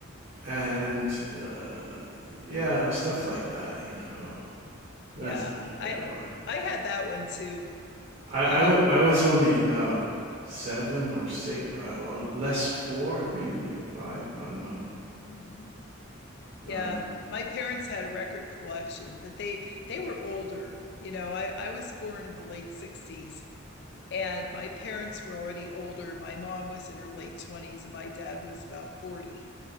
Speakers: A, on the right (about 45°); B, on the left (about 55°).
A: and uh, yeah, it was stuff like that, you know. That's
B: yeah,
A: yeah
B: I
A: know, uh,
B: I had that one too.
A: I
B: Um
A: I w I was only about seven or six, uh, well, less four, maybe or five. I don't know.
B: Mhm. yeah,
A: Um,
B: my parents had a record collection, but they they were older. You know, I I was born in the late 60s and my parents were already older. My mom was in her late 20s and my dad was about 40.